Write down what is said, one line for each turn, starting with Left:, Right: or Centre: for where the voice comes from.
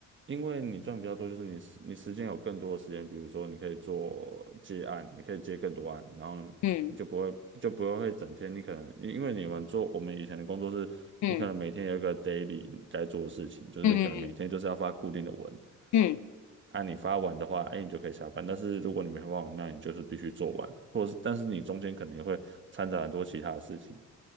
Right: 因为你赚比较多，就是你时你时间有更多的时间，比如说你可以做接案，你可以接更多案，然后你就不会就不会整天，
Left: 嗯
Right: 你可能因因为你们做我们以前的工作是，
Left: 嗯
Right: 你可能每天有一个 daily 你该做的事情，就是你可能每天就是要发固定的文，
Left: 嗯嗯嗯，嗯
Right: 啊，你发完的话，哎，你就可以下班。但是如果你没发完，那你就是必须做完，或者是但是你中间可能会掺杂很多其他的事情。